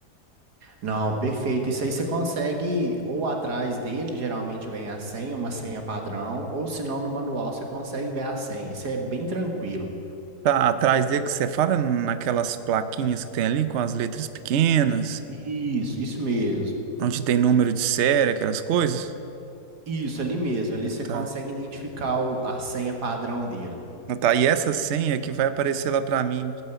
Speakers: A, on the right; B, on the right.
A: Não, perfeito. Isso aí você consegue, ou atrás dele, geralmente vem a senha, uma senha padrão, ou se não, no manual você consegue ver a senha. Isso é bem tranquilo.
B: Tá atrás dele que você fala naquelas plaquinhas que tem ali com as letras pequenas,
A: Isso, isso mesmo.
B: onde tem número de série, aquelas coisas.
A: Isso, ali mesmo. Ali você
B: Tá.
A: consegue identificar o- a senha padrão dele.
B: Ah, Tá, e essa senha que vai aparecer lá para mim